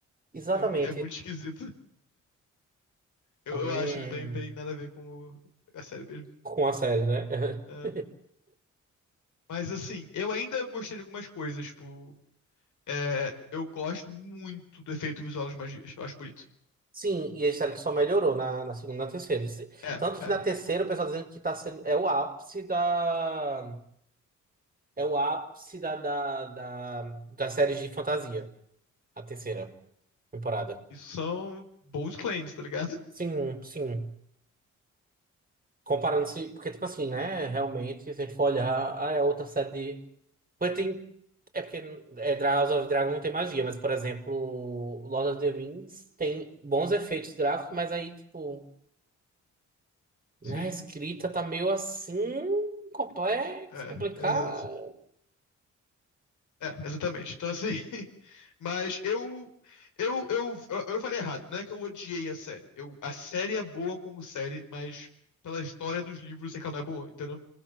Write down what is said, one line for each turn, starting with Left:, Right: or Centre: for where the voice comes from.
Right: exatamente.
Left: É, mu- é muito esquisito. Eu,
Right: Hum,
Left: eu acho ele bem, bem nada a ver com o- a série mesmo.
Right: com a série, né?
Left: É.
Right: <laughs>
Left: Mas assim, eu ainda gostei de algumas coisas, tipo, é, eu gosto muito do efeito visual das magias, eu acho bonito.
Right: Sim, e a série que só melhorou na, na segunda e na terceira.
Left: É,
Right: Tanto
Left: é.
Right: que na terceira o pessoal tá dizendo que tá sendo, é o ápice da... É o ápice da, da, da, das séries de fantasia, a terceira. temporada.
Left: Isso são bold claims, tá ligado?
Right: Sim, sim. Comparando-se, porque, tipo assim, né? Realmente, se a gente for olhar, ah, é a outra série de. Porque tem. É porque é, Dra- House of Dragon não tem magia, mas, por exemplo, Lord of the Rings tem bons efeitos gráficos, mas aí, tipo, né?
Left: Sim,
Right: A escrita tá meio assim. Complexo,
Left: é,
Right: complicado.
Left: exato. É, exatamente. Então, assim. <laughs> Mas eu, eu, eu, eu, falei errado. Não é que eu odiei a série. Eu, a série é boa como série, mas pela história dos livros, eu sei que ela não é boa, entendeu?